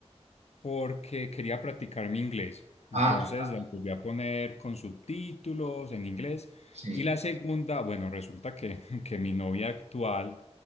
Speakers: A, on the left; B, on the right.
A: porque quería practicar mi inglés. Entonces
B: Ah, yo también.
A: las volví a poner con subtítulos en inglés.
B: Sí,
A: Y la segunda, bueno, resulta que, <laughs> que mi novia actual